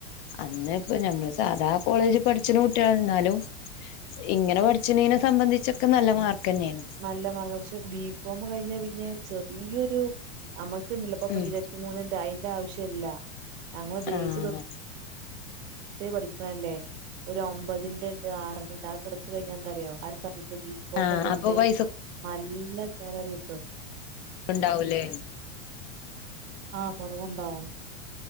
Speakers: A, on the left (about 40°); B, on the right (about 60°).
A: അന്ന് ഇപ്പ ഞമ്മള് സാധാ കോളേജിൽ പഠിച്ചന് കുട്ടിയ എന്നാലും ഇങ്ങനെ പഠിച്ച്ണെനെ സംബന്ധിച്ചൊക്കെ നല്ല മാർക്കന്നെയാണ്
B: നല്ലമാർക്ക പക്ഷെ ബി കോം കഴിഞ്ഞ പിന്നെ ചെറിയൊരു നമ്മക്കണ്ടല്ലപ്പൊ
A: ഉം
B: ഇരുപത്തി മൂന്നിൻ്റെഅതിന്റെ ആവശ്യം ഇല്ല ഞങ്ങള് ബേസ്
A: ആഹ്
B: തൊട്ട് പഠിക്കണല്ലേ ഒരു ഒമ്പതിന്റെണ്ട് ആറിണ്ട് എടുത്ത കഴിഞ്ഞന്താറിയോ ആ ഒരു സമയത്ത് ബി കോം
A: ആഹ്
B: ഉള്ളൊണ്ട്
A: അപ്പൊ പൈസ
B: നല്ല സാലറികിട്ടും
A: ഉണ്ടാവുലേ
B: ആഹ് കുറവുണ്ടാവും